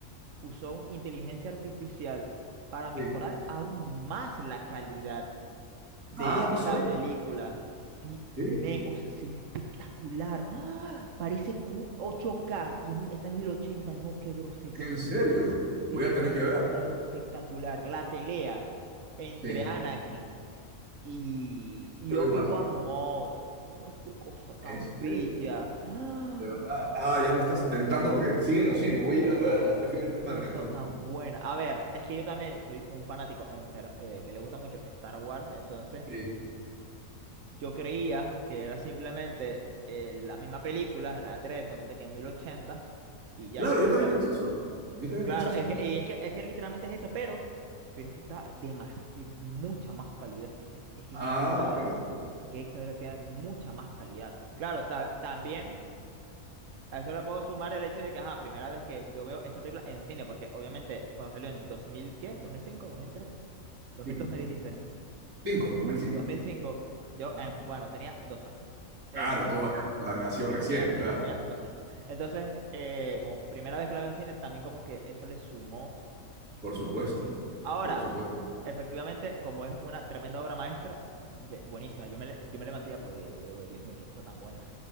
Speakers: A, on the right (about 65°); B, on the right (about 80°).
A: usó un- inteligencia artificial para mejorar
B: sí.
A: aún más la calidad de,
B: Ah, no
A: de
B: sabía,
A: la película. Sí,
B: sí,
A: men, o sea, se ve espectacular. ¡Ah! Parece Q- 8K y es mi- está en 1080. No, qué grosería.
B: en
A: Se,
B: serio, voy
A: se ve
B: a tener
A: demasiado
B: que verla,
A: espectacular. La pelea entre
B: sí,
A: Anakin y, y
B: Obi-Wan,
A: Obi-Wan, madre mía, qué cosa tan
B: en serio,
A: bella. ¡Ah!
B: de verdad. Ah, ya me estás tentando porque siguen
A: No,
B: los cines, voy a ir
A: no,
B: a verla este fin de
A: qué
B: semana,
A: cosa
B: entonces.
A: tan buena. A ver, es que yo también soy un fanático enfer- eh, que le gusta mucho Star Wars, entonces.
B: Sí.
A: Yo creía que era simplemente eh, la misma película, la 3 solamente que en 1080 y ya,
B: Claro,
A: y por
B: yo
A: eso
B: también
A: la...
B: pensé
A: re-
B: eso, yo también
A: Claro,
B: pensé eso.
A: es que, y es que, es que literalmente es eso, pero, pero es que está de más, eh, mucha más calidad, es que es, que
B: Ah,
A: es exagerado,
B: bueno.
A: que es exagerado tiene mucha más calidad. Claro, ta- también a eso le puedo sumar el hecho de que, ajá, primera vez que yo veo esa película en cine, porque obviamente cuando salió en 2000 ¿qué? dos dos mil mil cinco ¿dos mil tres dos
B: Cinco,
A: mil dos me dijiste?
B: sí. Cinco, 2005.
A: dos mil cinco yo,
B: Ajá.
A: em, bueno, tenía dos años.
B: Claro,
A: Eh,
B: todavía la- nació recién,
A: Tenía,
B: claro.
A: tenía dos años. Entonces, eh, como primera vez que la vi en cine, también como que eso le sumó.
B: Por supuesto,
A: Ahora,
B: por supuesto.
A: efectivamente, como es una tremenda obra maestra, be- buenísima. Yo me, le- yo me levanté y aplaudí. Yo digo, Dios mío, qué cosa tan buena.